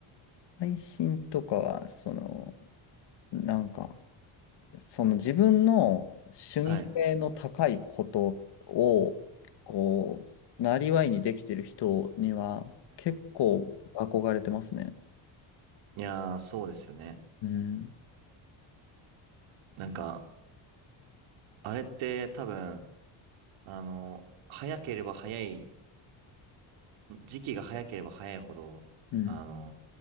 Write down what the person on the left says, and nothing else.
配信とかは、その、なんか、その自分の趣味性の高いことを、
こう、なりわいにできてる人には結構憧れてますね。
うん。
うん。